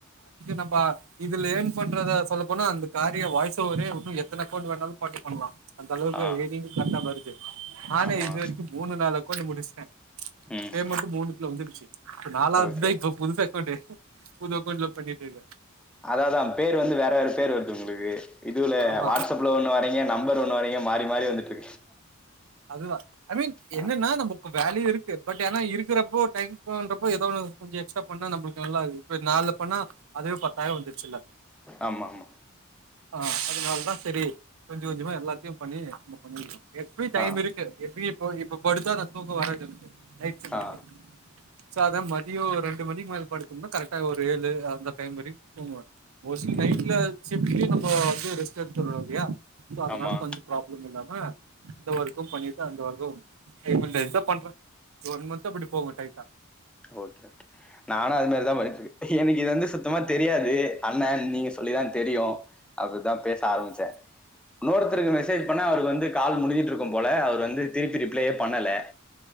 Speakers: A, on the right; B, in the centre.
A: நம்ம இதுல ஏர்ன் பண்றத சொல்ல போனா அந்த காரிய வாய்சு ஒவரே ஒன்னு எத்தன அகவுண்ட் வேணாலு பாத்து பண்லா அந்தளவுக்கு
B: ஆ
A: ஏர்னிங்கு கர்ட்டா வருது நானே
B: ஆமா
A: இது வரைக்கு மூனு நாலு அக்கோண்டு முடிச் டே
B: ம்
A: பேமன்ட்டு மூணுத்துல வந்துருச்சு இப்ப நாலாவதுதா
B: ஓகே
A: இப்ப புது அக்கௌண்டு புது அக்கௌன்ட்ல பண்ணிட்டு இருக்கே
B: அதாதா பேர் வந்து வேற வேற பேர் வருது உங்களுக்கு இதுல
A: ஆமா
B: வாட்ஸ்அப்ல ஒண்ணு வரீங்க நம்பர் ஒண்ணு வரீங்க மாறி மாறி வந்துட்டு இருக்கு
A: அதுதா ஐ மீன்
B: ஆ
A: என்னன்னா நமக்கு வேலயு இருக்கு பட் ஏன்னா இருக்கிறப் போ டைம் பண்றப்போ ஏதோ ஒன்னு கொஞ்ச எக்ஸ்ட்ரா பண்ணா நம்பளுக்கு நல்லா இப்ப நாலு பண்ணா அதுவே பத்தாயிரம் வந்துருச்சுல்ல
B: ஆமா ஆமா
A: ஆஹ் அதனால தா சரி கொஞ்சம் கொஞ்சமா எல்லாத்தையு பண்ணி நம்ம பண்ணி இருக்கோ எப்டி டைம்
B: ஆ
A: இருக்கு எப்டி போ இப்போ படுத்தா நா தூக்கம் வராது எனக்கு நைட் ஷிப்ட்டுக்கு
B: ஆ
A: சோ அதா மதியொ ஒரு ரெண்டு மணிக்கு மேல படுத்தம்னா கரெட்டா ஒரு ஏலு அந்த டைம் வரைக்கு தூங்குவே மோஸ்லி
B: ம்
A: நைட்ல சிஃப்ட்லயு நம் இப்போ வந்து ரெஸ்ட்டு எடுத்துறோ இல்லையா இது அதனால
B: ஆமா
A: கொஞ்சொ ப்ராப்ளம் இல்லாம ம இந்த ஒர்க்கு பண்ணிட்டு அந்த ஒர்க்கு சைமல்டேனிஸா பண்றெ இந்த ஒன் மன்த்து அப்டி போகு டைட்டா
B: ஓகே ஓகே நானு அது மாரிதா பண்ணிட்ருக் எனக்கு இது வந்து சுத்தமா தெரியாது அண்ணன் நீங்க சொல்லிதா தெரியு அதுதா பேச ஆரம்பிச்செ
A: ஆமா
B: இன்னோருத்தருக்கு மெசேஜ் பண்ண அவருக்கு வந்து கால் முடியும் இருக்கும் போல அவர் வந்து திருப்பி ரிப்ளையே பண்ணல